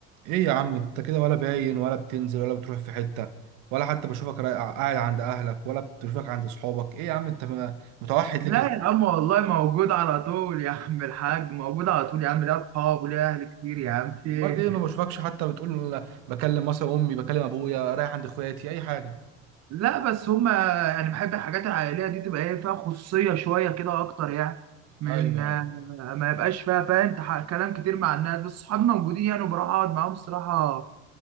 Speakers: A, on the right; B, on the right.
A: ايه يا عم انت كده ولا باين ولا بتنزل ولا بتروح في حتة ولا حتى بشوفك رايق- قاعد عند اهلك ولا بشوفك عند صحابك ايه يا عم انت م- متوحد ليه
B: لا
A: كده
B: يا عم والله موجود على طول يا عم الحاج موجود على طول يا عم ليا اصحاب وليا اهل كتير يا عم في إيه؟
A: امال ايه ما بشوفكش حتى بتقول لا- بكلم مثلا امي بكلم ابويا رايح عند اخواتي اي حاجة
B: لا بس هما يعني بحب الحاجات العائليه دي تبقى ايه فيها خصوصيه شويه كده اكتر يعني من
A: ايوه
B: آه،
A: ايوه
B: ما يبقاش فيها فاهم تح- كلام كتير مع الناس بس صحابي موجودين يعني وبروح اقعد معاهم الصراحه